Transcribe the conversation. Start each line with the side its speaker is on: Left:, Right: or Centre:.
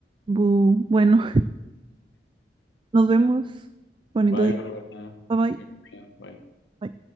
Right: Bu- bueno, <laughs> nos vemos. Bonito
Left: Bye,
Right: día.
Left: Bárbara.
Right: Bye bye.
Left: Bye.
Right: Bye.